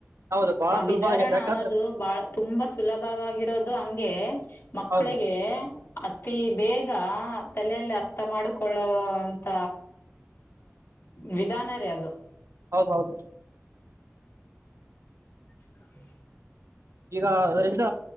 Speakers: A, on the right; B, on the left.
A: ಹೌದು ಬಾಳ
B: ಆ
A: ಸುಲಭ
B: ವಿದರಣ
A: ಆಗಿದ್ರೆ ಯಾಕಂದ್ರೆ.
B: ಅನ್ನೋದು ಬಾಳ ತುಂಬಾ ಸುಲಭವಾಗಿರೋದು ಹಂಗೆ. ಮಕ್ಕಳಿಗೆ.
A: ಹೌದ್ರಿ
B: ಅತಿ ಬೇಗ ತಲೆಯಲ್ಲಿ ಅರ್ಥ ಮಾಡಿಕೊಳ್ಳುವಂತ ವಿಧಾನ ರಿ ಅದು.
A: ಹೌದೌದು.
B: ಹ್ಮ.
A: ಈಗ ಅದರಿಂದ